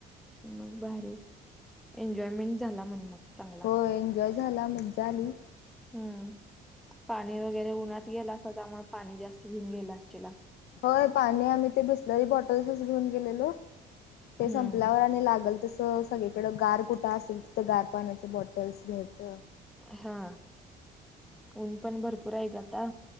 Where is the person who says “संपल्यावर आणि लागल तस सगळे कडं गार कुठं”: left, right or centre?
Left